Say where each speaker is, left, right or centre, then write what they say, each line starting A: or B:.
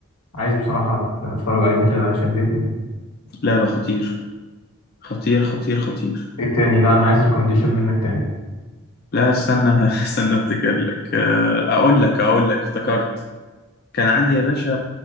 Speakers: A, on the left; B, on the left.
A: عايز بصراحة اتفرج عليه انت شدتني
B: لا ده خطير خطير خطير خطير
A: ايه تاني لا انا عايز ريكومنديشن منك تاني
B: لا استنى <laughs> استنى افتكر لك آه، اقول لك اقول لك افتكرت كان عندي يا باشا